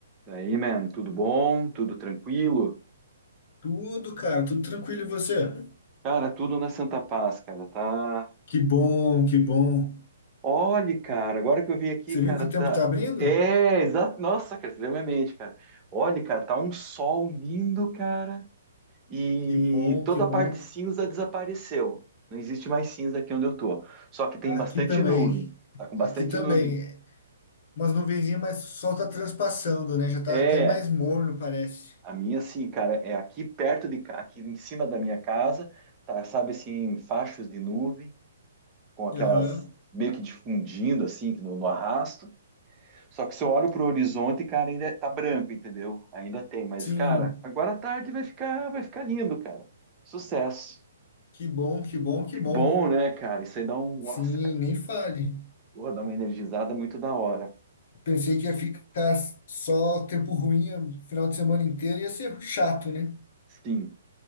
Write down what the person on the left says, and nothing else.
Tudo, cara, tudo tranquilo e você?
Que bom, que bom.
Você
viu que o
tempo tá abrindo?
Que bom,
que bom.
Aqui
também.
Aqui também.
Umas nuvenzinhas, mas o sol tá transpassando, né? Já tá
até mais morno, parece.
Aham.
Sim.
Que bom, que bom, que
bom.
Sim,
nem fale.
Pensei que ia ficar só tempo ruim o final de semana inteiro, ia ser chato, né?